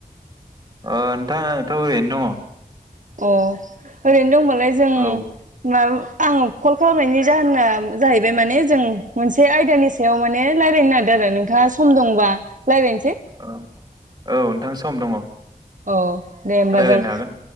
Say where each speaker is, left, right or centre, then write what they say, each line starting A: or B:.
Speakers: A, on the right; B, on the right.
A: अ नोंथा आंथ' ओरैनो दंङ
B: अ ओरैनो दंमोनलाय जों
A: औ
B: माब आं कल खालामनायनि जाहोना जाहैबाय माने जों मोनसे आयदानि सायाव माने रायलायनो नागिरदो आरो नोंथाङा सम दंबा रायलायनोसै
A: औ नोंथां सम दङ औ
B: औ दे होमबा
A: रायज्लायनो
B: जों
A: हागोन